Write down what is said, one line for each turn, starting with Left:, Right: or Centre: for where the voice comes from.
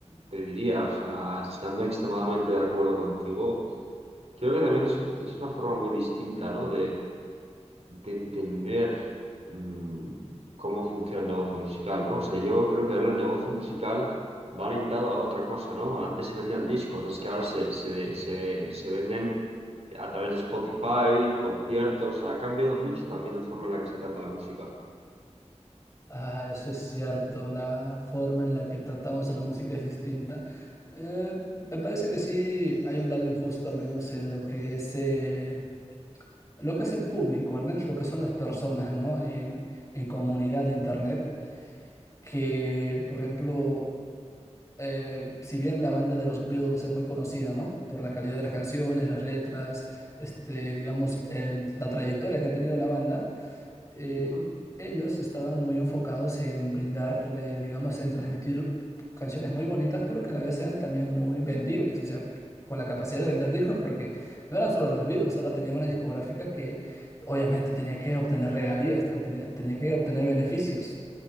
Right: te diría, o sea, estando extremadamente de acuerdo contigo, creo que también eso es una forma muy distinta, ¿no? de entender mm, cómo funciona el negocio musical, ¿no? O sea, yo creo que ahora el negocio musical va orientado a otra cosa, ¿no? Antes se vendían discos, es que ahora se, se, se, se venden a través de Spotify, conciertos, ha cambiado mucho también la forma en la que se trata la música.
Left: ah, eso es cierto, la forma en la que tratamos a la música es distinta. Eh, me parece que sí hay un lado injusto, al menos en lo que es, eh, lo que es el público, al menos lo que son las personas, ¿no? En, en comunidad de Internet, que, por ejemplo... eh, si bien la banda de los Beatles es muy conocida, ¿no? Por la calidad de las canciones, las letras, este, digamos, el- la trayectoria que ha tenido la banda, eh,
Right: Ujú,
Left: ellos estaban muy enfocados en brindarle, digamos, en transmitir canciones muy bonitas, pero que a la vez sean también muy vendibles, o sea, con la capacidad de vender discos, porque no eran solo los Beatles, ahora tenían una discográfica que obviamente tenía que obtener regalías, tenía tenía que obtener beneficios.